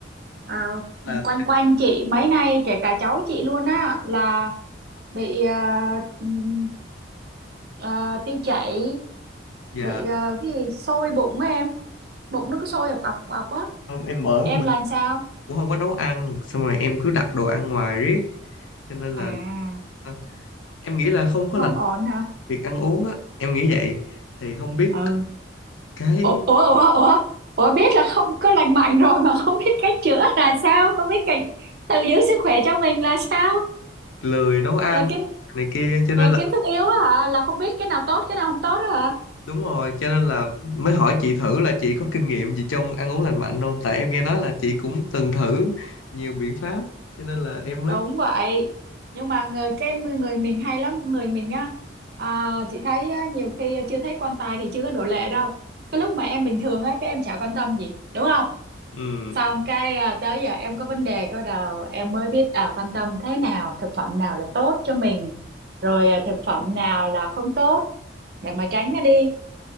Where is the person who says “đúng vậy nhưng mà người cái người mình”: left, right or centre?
Right